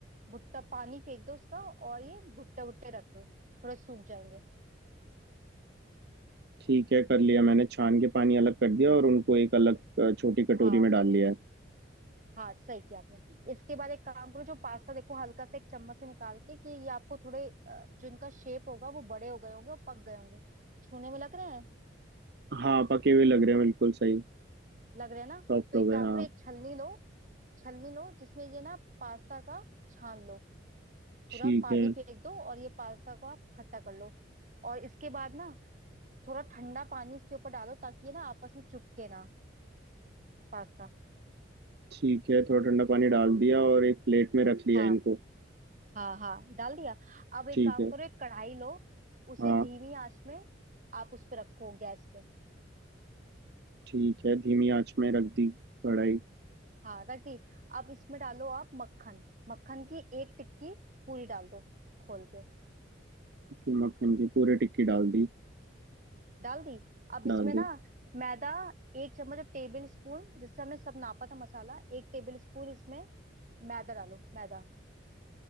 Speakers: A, on the right; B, on the right.
A: भुट्टा पानी फेंक दो उसका और ये भुट्टे भुट्टे रख लो थोड़े सूख जाएंगे
B: ठीक है कर लिया मैंने छान के पानी अलग कर दिया और उनको एक अलग अ, छोटी कटोरी
A: हाँ
B: में डाल लिया है
A: हाँ सही किया आपने इसके बाद एक काम करो जो पास्ता देखो हल्का सा एक चम्मच से निकाल के कि ये आपको थोड़े अ, जो इनका शेप होगा वो बड़े हो गए होंगे और पक गए होंगे छूने में लग रहे हैं
B: हाँ पके हुए लग रहे हैं बिल्कुल सही
A: लग रहे हैं ना
B: सॉफ्ट
A: तो
B: हो
A: एक
B: गए
A: काम
B: हाँ
A: करो एक छलनी लो छलनी लो जिसमें ये ना पास्ता का छान लो
B: ठीक
A: पूरा पानी
B: है
A: फेंक दो और ये पास्ता को आप खट्टा कर लो और इसके बाद ना थोड़ा ठंडा पानी इसके ऊपर डालो ताकि ये ना आपस में चिपके ना पास्ता
B: ठीक है थोड़ा ठंडा पानी डाल दिया और एक प्लेट में रख लिया
A: हाँ
B: इनको
A: हाँ हाँ डाल दिया अब एक
B: ठीक
A: काम
B: है
A: करो एक कढ़ाई लो उसे
B: हाँ
A: धीमी आंच में आप उस पे रखो गैस पे
B: ठीक है धीमी आंच में रख दी कढ़ाई
A: हाँ रख दी अब इसमें डालो आप मक्खन मक्खन की एक टिक्की पूरी डाल दो खोल के
B: की मक्खन की पूरी टिक्की डाल दी
A: डाल दी अब इसमें
B: डाल
A: ना
B: दी
A: मैदा एक चम्मच टेबल स्पून जिससे हमने सब नापा था मसाला एक टेबल स्पून इसमें मैदा डालो मैदा